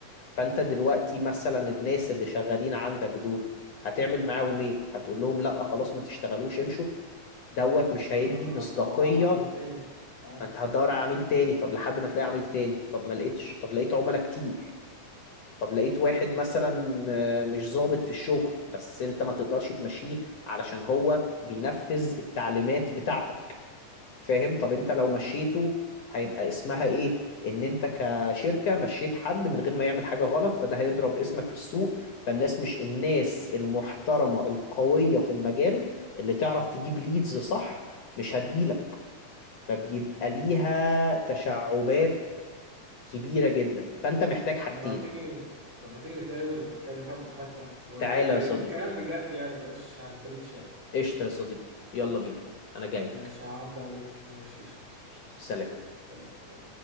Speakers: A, on the left; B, on the right.
A: فانت دلوقتي مثلا الناس اللي شغالين عندك دول هتعمل معاهم ايه هتقول لهم لا خلاص ما تشتغلوش امشوا دوت مش
B: آه،
A: هيدي مصداقية
B: هدور على عميل تاني اه
A: ما انت هتدور على عميل تاني طب لحد ما تلاقي عميل تاني طب ما لقيتش طب لقيت عملاء كتير طب لقيت واحد مثلا آه، مش ظابط في الشغل بس انت ما تقدرش تمشيه علشان هو بينفذ التعليمات بتاعتك فاهم طب انت لو مشيته هيبقى اسمها ايه ان انت كشركة مشيت حد من غير ما يعمل حاجة غلط فده هيضرب اسمك في السوق فالناس مش الناس المحترمة القوية في المجال اللي تعرف تجيب ليدز صح مش هتجيلك فبيبقى
B: مهم.
A: ليها تشعبات كبيرة جدا فانت محتاج حاجتين
B: طب ما تيجي طب ما تيجي نتقابل ونتكلم فيها براحتنا ويبقى
A: تعالى يا صديقي
B: يبقى الكلام بجد يعني مبقاش هنتريش يعني
A: قشطة يا صديقي يلا بينا انا جاي لك
B: ماشي هعدي عليك ماشي قشطة
A: قشطة سلام
B: يلا سلام باي.